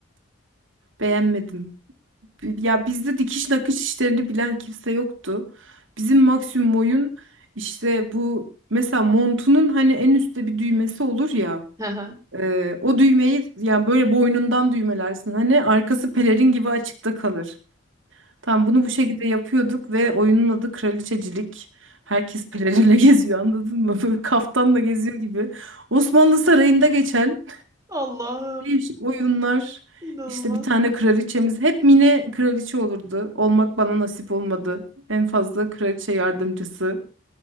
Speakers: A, on the right; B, on the right.
A: beğenmedim. Bi- Ya bizde dikiş nakış işlerini bilen kimse yoktu. Bizim maksimum oyun işte bu mesela montunun hani en üstte bir düğmesi olur ya.
B: <laughs>
A: Ee, o düğmeyi yani böyle boynundan düğmelersin. Hani arkası pelerin gibi açıkta kalır. Tamam bunu bu şekilde yapıyorduk ve oyunun adı Kraliçecilik. Herkes pelerinle <laughs> geziyor anladın mı? Böyle kaftanla geziyor gibi. Osmanlı Sarayı'nda geçen
B: Allah'ım
A: değişik oyunlar.
B: inanılmaz.
A: İşte bir tane kraliçemiz. Hep mini kraliçe olurdu. Olmak bana nasip olmadı. En fazla kraliçe yardımcısı.